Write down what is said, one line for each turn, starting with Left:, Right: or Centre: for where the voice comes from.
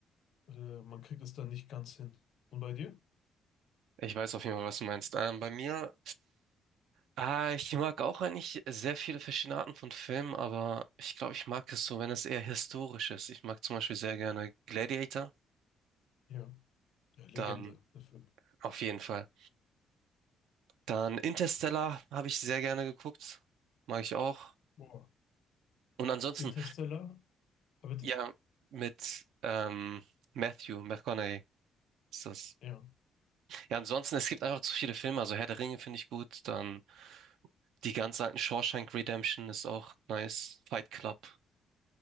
Left: äh, man kriegt es dann nicht ganz hin. Und bei dir?
Right: Ich weiß auf jeden Fall, was du meinst. Ähm, bei mir, ah, ich mag auch eigentlich sehr viele verschiedene Arten von Filmen, aber ich glaube, ich mag es so, wenn es eher historisch ist. Ich mag zum Beispiel sehr gerne Gladiator,
Left: Ja. Ja, Legende,
Right: dann
Left: der Film.
Right: auf jeden Fall. Dann Interstellar habe ich sehr gerne geguckt, mag ich auch.
Left: Boah.
Right: Und ansonsten,
Left: Interstellar? Ah, bitte.
Right: ja, mit ähm, Matthew McConaughey ist das.
Left: Ja,
Right: Ja, ansonsten, es gibt einfach zu viele Filme. Also Herr der Ringe finde ich gut, dann die ganz alten Shawshank Redemption ist auch nice, Fight Club